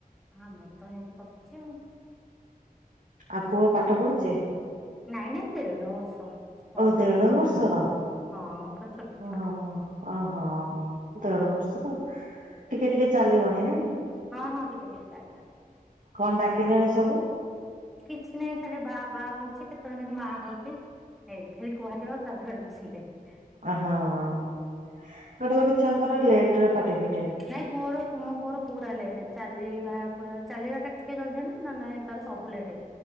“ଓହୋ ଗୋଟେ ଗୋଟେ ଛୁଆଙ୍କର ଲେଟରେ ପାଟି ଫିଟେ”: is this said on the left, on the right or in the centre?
Right